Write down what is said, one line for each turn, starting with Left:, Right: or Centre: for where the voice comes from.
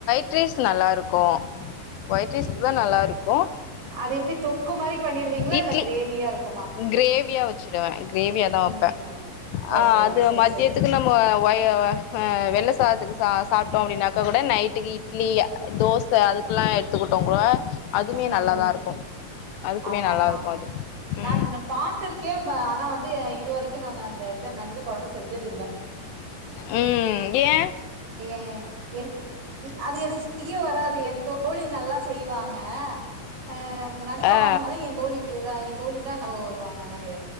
Left: ஒயிட் ரைஸ்க்கு நல்லாயிருக்கும் ஒயிட்ரைஸ்க்கு
Right: ம்
Left: தான் நல்லாிருக்கும்
Right: அது எப்படி தொக்கு மாதிரி பண்ணிடுவீங்களா
Left: இட்லி
Right: இல்ல கிரேவியா இருக்கும்
Left: கிரேவியா வச்சுடுவேன் கிரேவியா தான் வைப்பேன்
Right: ம் ஓ ஓகே
Left: ஆஹ் அது
Right: செரி
Left: மத்தியத்துக்கு
Right: செரி
Left: நம்ம ஹ் ஆஹா வெள்ளை சாதத்துக்கு ச சாப்பிட்டோம் அப்படின்னாக்கா கூட நைட்டுக்கு இட்லி தோசை ச அதுக்குெல்லாம் எடுத்துக்கிட்டோம் கூட அதுமே
Right: ம்
Left: நல்லாதான்
Right: ம்
Left: இருக்கும் அதுக்குமே
Right: ஆமா
Left: நல்லா
Right: ஆமா
Left: இருக்கும் அது
Right: நான்
Left: ம்
Right: உங்கள பாத்திருக்கேன் கேம்பேன் ஆனா வந்து இது வரைக்கும் நான் அந்த இத நண்டு குழம்பு செஞ்சது இல்ல
Left: ம் ஏ
Right: ஏன் ஏன் அது எனக்கு செய்ய வராது என் தோழி நல்லா செய்வாங்க அஹ நடு குழ
Left: ஆ
Right: அதஎன் தோழி ங்க தோழி தான் நியாபகம் வருவாங்க எனக்கு